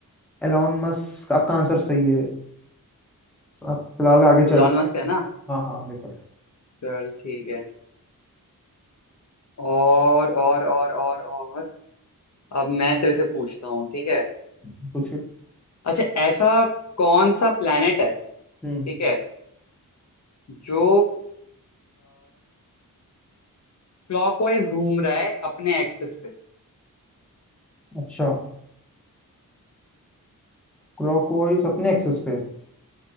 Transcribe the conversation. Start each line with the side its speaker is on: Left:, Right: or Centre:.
Centre: एलॉन मस्क आपका आंसर सही है तो आप फिलहाल आगे चल
Left: एलॉन
Centre: रहे
Left: मस्क है
Centre: हैं।
Left: ना
Centre: हाँ हाँ मेरे पता
Left: चल ठीक है और और और और और अब मैं तेरे से पूछता हूँ ठीक है
Centre: है। पूछिए
Left: अच्छा ऐसा कौन सा प्लेनेट है
Centre: हम्म
Left: ठीक है जो क्लॉकवाइज घूम रहा है अपने एक्सिस पे
Centre: अच्छा क्लॉकवाइज अपने एक्सेस पे